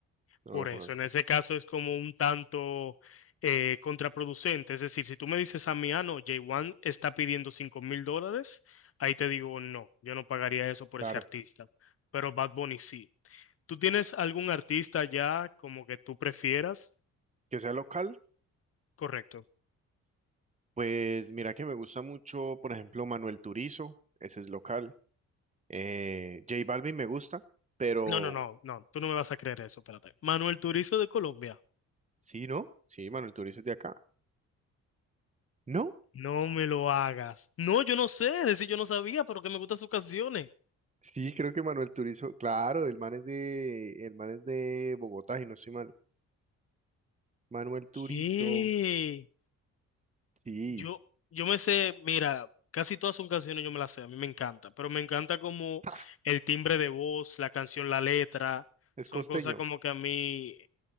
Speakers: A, on the right; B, on the left.
A: no
B: Por
A: lo conozco.
B: eso, en ese caso es como un tanto eh, contraproducente. Es decir, si tú me dices a mí, ah, no, J1 está pidiendo cinco mil dólares, ahí te digo, no, yo no pagaría eso por
A: Claro,
B: ese artista, pero Bad Bunny sí. ¿Tú tienes algún artista ya como que tú prefieras?
A: que sea local,
B: Correcto.
A: Pues mira que me gusta mucho, por ejemplo, Manuel Turizo, ese es local. Eh, J Balvin me gusta, pero
B: No, no, no, no, tú no me vas a creer eso, espérate. Manuel Turizo de Colombia.
A: sí, ¿no? Sí, Manuel Turizo es de acá. ¿No?
B: No me lo hagas. No, yo no sé, es decir, yo no sabía, pero que me gustan sus canciones.
A: Sí, creo que Manuel Turizo, claro, el man es de, el man es de Bogotá, y no estoy mal. Manuel Turizo,
B: ¿Qué?
A: sí,
B: Yo, yo me sé, mira, casi todas sus canciones yo me las sé, a mí me encanta, pero me encanta como
A: ¡ja!
B: el timbre de voz, la canción, la letra,
A: es
B: son
A: costeño,
B: cosas como que a mí,